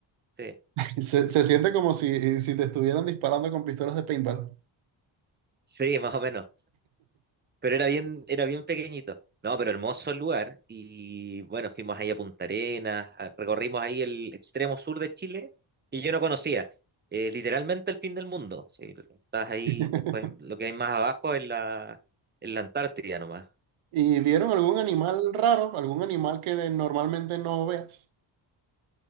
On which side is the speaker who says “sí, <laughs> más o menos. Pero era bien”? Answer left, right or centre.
Right